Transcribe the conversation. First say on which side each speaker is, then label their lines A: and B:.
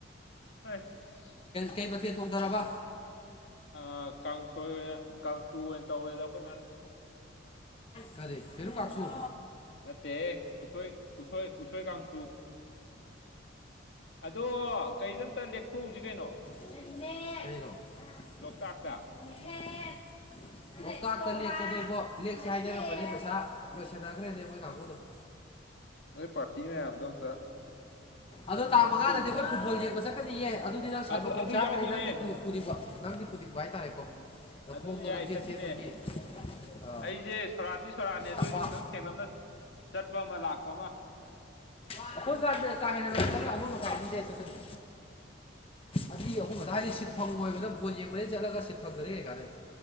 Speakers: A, on the left; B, on the left.
A: ꯑꯁ
B: ꯀꯩ ꯃꯊꯦꯜ ꯇꯣꯡꯊꯔꯕ
A: ꯑ ꯀꯥꯡꯁꯣꯏ ꯑꯣꯏꯅ ꯀꯥꯡꯁꯨ ꯑꯣꯏꯅ ꯇꯧꯔꯦꯗ ꯑꯩꯈꯣꯏ ꯃꯥꯅ
B: ꯀꯔꯦ ꯐꯦꯔꯨ ꯀꯥꯛꯁꯨꯣ
A: ꯅꯠꯇꯦ ꯎꯁꯣꯏ ꯎꯁꯣꯏ ꯎꯁꯣꯏ ꯀꯥꯡꯁꯨ ꯑꯗꯣ ꯀꯩꯗ ꯑꯇ ꯂꯦꯛꯊꯣꯛꯎꯁꯤ ꯀꯩꯅꯣ
B: <unintelligible>
A: ꯂꯣꯛꯇꯥꯛꯇ
B: ꯍ ꯂꯣꯛꯇꯥꯛꯇ ꯂꯦꯛꯀꯅꯦꯦꯕꯣ ꯂꯦꯛꯁꯦ ꯍꯥꯏꯖꯔꯝꯕꯅꯦ ꯄꯩꯁꯥ ꯂꯣꯏꯁꯟꯅꯈ꯭ꯔꯦꯅꯦ ꯃꯈꯣꯏ ꯀꯥꯡꯕꯨꯨꯗꯣ <inaudible>
A: ꯅꯣꯏ ꯄꯥꯔꯇꯤ ꯃꯌꯥꯝꯗ ꯑꯝꯇ
B: ꯑꯗꯣ ꯇꯥꯡ ꯃꯉꯥꯗꯗꯤ ꯑꯩꯈꯣꯏ ꯐꯨꯠꯕꯣꯜ ꯌꯦꯡꯕ ꯆꯠꯀꯅꯤꯌꯦ ꯑꯗꯨꯗꯤ ꯅꯪ
A: ꯑꯗꯨ
B: ꯁꯟ ꯃꯈꯣꯛ
A: ꯑꯗꯨ
B: ꯆꯥꯔ
A: ꯌꯥꯎꯗꯣꯏꯅꯦ
B: ꯀꯅꯤ ꯅꯪꯗꯤ ꯄꯨꯗꯤꯕ ꯅꯥꯪ꯭ ꯄꯨꯗꯤꯄ ꯍꯥꯏꯇꯥꯔꯦꯀꯣꯈꯣꯝꯗ
A: ꯑꯗꯨ ꯌꯥꯏ
B: ꯂꯝꯖꯦꯜ
A: ꯆꯠꯁꯤꯅꯦ
B: ꯆꯦ ꯑꯩꯈꯗꯒꯤ ꯑ
A: ꯑꯩꯁꯦ ꯁꯣꯔꯥꯠꯇꯤ ꯁꯣꯔꯥꯠꯅꯦ ꯑꯗꯨ
B: ꯇꯄꯥꯛ
A: ꯑꯣꯏꯁꯨ ꯈꯤꯇꯪ ꯊꯦꯡꯂꯞꯅ ꯆꯠꯄ ꯑꯃ ꯂꯥꯛꯄ ꯑꯃ
B: ꯑꯩꯈꯣꯏ ꯁꯥ ꯀꯥ ꯍꯦꯟꯅ ꯆꯠꯂ ꯑꯃ ꯃꯈꯥꯏꯅꯤꯗꯏ ꯆꯠꯈꯔꯤ ꯑꯗꯨ ꯑꯩꯈꯣꯏꯕꯗ ꯍꯥꯏꯗꯤ ꯁꯤꯠ ꯐꯪ ꯑꯣꯏꯣꯏꯕꯗ ꯕꯣ ꯌꯦꯡꯕꯗ ꯆꯠꯂꯒ ꯁꯤꯠ ꯐꯪꯗꯗꯤ ꯀꯩꯀꯥꯗꯩ